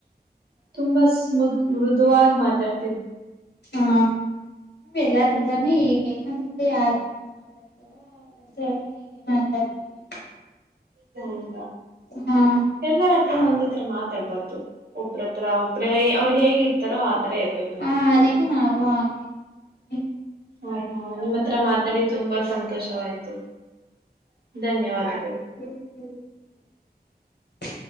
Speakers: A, on the right; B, on the left.
A: ತುಂಬಾ ಸ್ಮೂತ್ ಮೃದುವಾಗ ಮಾತಾಡ್
B: ಹಾ ಎಲ್ಲಾರಿದ್ರ
A: ಹ್ಮ್
B: ಈಗ ಏನಂದ್ರೆ ರೇ ಯಾರ್ ಚೆನ್ನಾಗ್ ಮಾತಾಡ್ತಾರೋ ಅವ್ರ ಹತ್ರ ಎಲ್ಲ ಹೀಗೆ ಮಾತಾಡ್ತೀವಿ
A: ಹ್ಮ
B: ಹಾ
A: ಕೆಲ್ವರ ಹತ್ರನು ಒಂದೇ ತರ ಮಾತಾಡ್ಬಾರ್ದು ಒಬ್ರ ಒಂತರ ಒಬ್ಬರೇ ಅವ್ರು ಹೇಗಿರ್ತರೋ ಹಾ ತರ ಇರಬೇಕು
B: ಹ ಅದಕ್ಕೆ ನಾವು ಹಾಗೆ ಇರ್ತೀವಿ.
A: ಹ ಹ ನಿಮ್ಮ ಹತ್ರ ಮಾತಾಡಿ ತುಂಬಾ ಸಂತೋಷವಾಯ್ತು ಧನ್ಯವಾದಗಳು
B: ಹ್ಮ್